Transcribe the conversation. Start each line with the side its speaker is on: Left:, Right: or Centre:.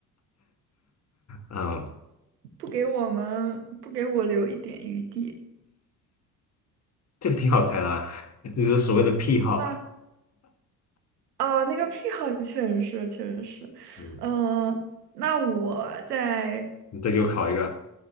Left: 嗯，
Right: 不给我们，不给我留一点余地。
Left: 这个挺好猜啦，<laughs> 你说所谓的癖好。
Right: 啊。哦，那个癖好确实是，确实是，
Left: 嗯
Right: 嗯、那我再
Left: 你再给我考一个，